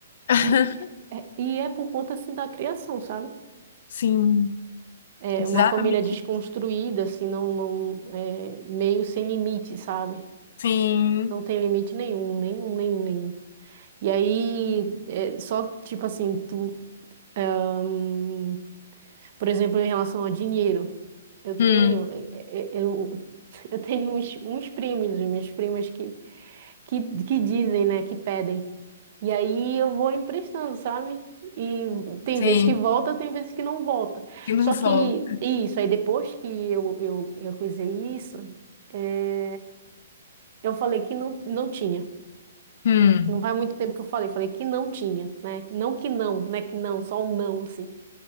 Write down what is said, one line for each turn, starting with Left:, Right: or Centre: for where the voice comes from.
Left: <laughs>
Right: E, é- e é por conta assim da criação, sabe?
Left: Sim.
Right: É
Left: Exatamente.
Right: uma família desconstruída, assim, não, não, é, meio sem limite, sabe?
Left: Sim.
Right: Não tem limite nenhum, nenhum, nenhum, nenhum. E aí, é só tipo assim, tu, hum, por exemplo, em relação a dinheiro, eu
Left: Hum.
Right: tenho, é, é, é, eu, <laughs> eu tenho uns, uns primos, minhas primas que, que, que dizem, né, que pedem. E aí eu vou emprestando, sabe? E tem
Left: Sim.
Right: vezes que volta, tem vezes que não volta.
Left: Que não
Right: Só
Left: volta.
Right: que isso, aí depois que eu, eu, eu coisei isso, é, eu falei que não, não tinha.
Left: Hum.
Right: Não faz muito tempo que eu falei, falei que não tinha, né? Não que não, né? Que não, só um não, assim.